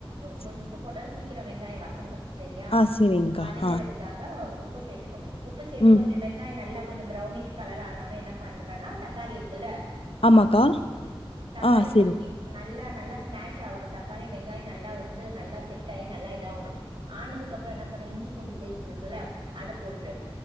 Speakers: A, on the left (about 75°); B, on the right (about 60°).
A: ச
B: கொஞ்ஜோம் உப்பு போட்டா சீக்கிரம் வெங்காயம் வசங்கு செரியா
A: ஆ சரிங்கக்கா.
B: வதங்கறதுக்காக
A: ஆ.
B: உப்பு சேத்துகோ உப்பு சேதாதுகொஞ்ஜம்
A: ம்.
B: வெங்காயம் நல்லா கொஞ்ஜம் ப்ரௌனிஷ் கலர் ஆன உடனே என்ன பண்றேனா தக்காளி இருக்குல
A: ஆமாக்கா
B: தக்காளி
A: ஆ சரி.
B: கொட்டி நா நல்லா நல்லா ஸ்மாஷ் ஆகணு தக்காளி வெங்காயம் நல்லா வந்து நல்லா செட் ஆகி நல்லா இதா ஆகணும் ஆனதுக்கு அப்புறம் என்ன பண்ணி இஞ்சி பூண்டு பேஸ்ட் இருக்குல அத போட்ரு